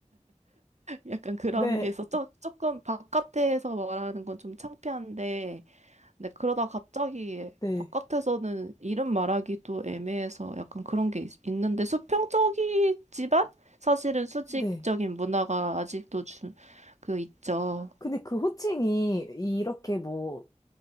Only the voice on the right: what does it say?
약간 그런
게 있어. 좀, 조금 바깥에서 말하는 건 좀 창피한데, 근데 그러다 갑자기
바깥에서는 이름 말하기도 애매해서 약간 그런 게 있, 있는데 수평적이지만 사실은 수직적인
문화가 아직도 주, 그 있죠.